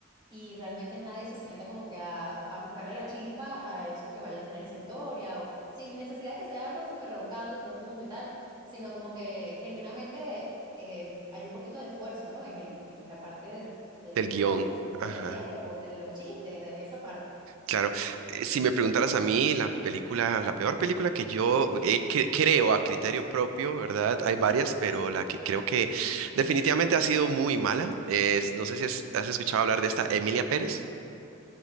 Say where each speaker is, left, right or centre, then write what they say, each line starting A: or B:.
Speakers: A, on the right; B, on the right.
A: y realmente nadie se sienta como que a, a buscarle la chispa a eso que vaya a tener esa historia, o sin necesidad de que sea algo súper rebuscado y profundo y tal, sino como que genuinamente eh, hay un poquito de esfuerzo, ¿no? En el, en la parte de- del,
B: del
A: del
B: guión.
A: guión,
B: Ajá.
A: de los diálogos, de los chistes, de esa parte.
B: Claro, eh, si me preguntaras a mí, la película, la peor película que yo eh, que- creo a criterio propio, ¿verdad? Hay varias, pero la que creo que definitivamente ha sido muy mala es, no sé si has, has escuchado hablar de esta Emilia Pérez,